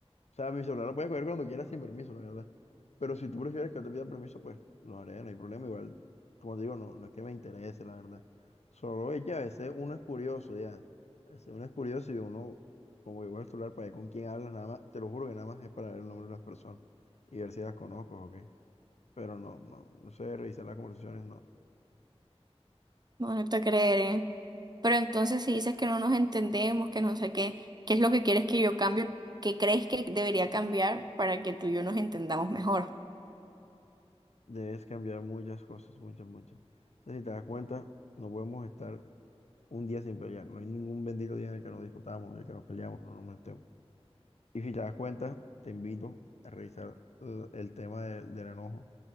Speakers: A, on the left; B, on the right.
A: O sea, mi celular lo puedes coger cuando quieras sin permiso, la verdad. Pero si tú prefieres que yo te pida permiso, pues lo haré, no hay problema. Igual, como te digo, no, no es que me interese, la verdad. Solo es que a veces uno es curioso, ya. A veces uno es curioso y uno, como que coge el celular para ver con quién hablas, nada más, te lo juro que nada más es para ver el nombre de las personas y ver si las conozco o qué. Pero no, no, no sé, revisar las conversaciones, no.
B: No, no te creeré. Pero entonces si dices que no nos entendemos, que no sé qué, ¿qué es lo que quieres que yo cambie? ¿Qué crees que debería cambiar para que tú y yo nos entendamos mejor?
A: Debes cambiar muchas cosas, muchas, muchas. O sea, si te das cuenta, no podemos estar un día sin pelear. No hay ningún bendito día en el que nos disputamos, en el que nos peleamos, no nos molestemos. Y si te das cuenta, te invito a revisar eh, el tema de- del enojo.